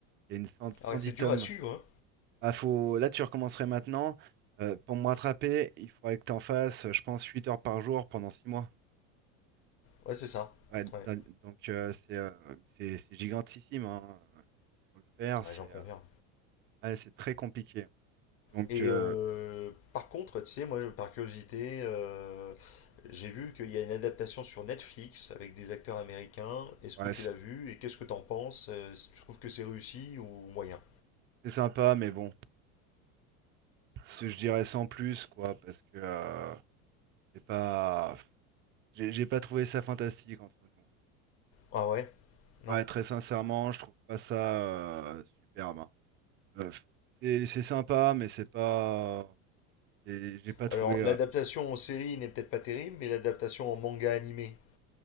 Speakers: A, on the right (about 30°); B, on the left (about 35°).
A: Il y a une cent-
B: Ah
A: cent
B: ouais,
A: dix
B: c'est
A: tomes.
B: dur à suivre, hein.
A: Ah, faut... Là, tu recommencerais maintenant. Euh, pour me rattraper, il faudrait que tu en fasses, euh, je pense, 8 heures par jour pendant 6 mois.
B: Ouais, c'est ça.
A: Ouais,
B: Ouais,
A: d'un- donc, euh, c'est euh, c'est- c'est gigantissime. Hein. Faut le faire,
B: ouais,
A: c'est
B: j'en conviens.
A: euh, ouais, c'est très compliqué. Donc,
B: Et
A: euh,
B: euh, par contre, tu sais, moi, je- par curiosité, euh, j'ai vu qu'il y a une adaptation sur Netflix avec des acteurs américains. Est-ce
A: ouais,
B: que tu
A: c'est
B: l'as vu et qu'est-ce que t'en penses? Euh, si tu trouves que c'est réussi ou moyen?
A: c'est sympa, mais bon. Ce- Je dirais sans plus, quoi, parce que euh, c'est pas, j'ai j'ai pas trouvé ça fantastique entre nous.
B: Ah ouais? Non?
A: Ouais, très sincèrement, je trouve pas ça euh, superbe. hein. Euh, c'est c'est sympa, mais c'est pas, c'est- j'ai pas trouvé.
B: Alors, l'adaptation
A: euh,
B: en série n'est peut-être pas terrible, mais l'adaptation en manga animé.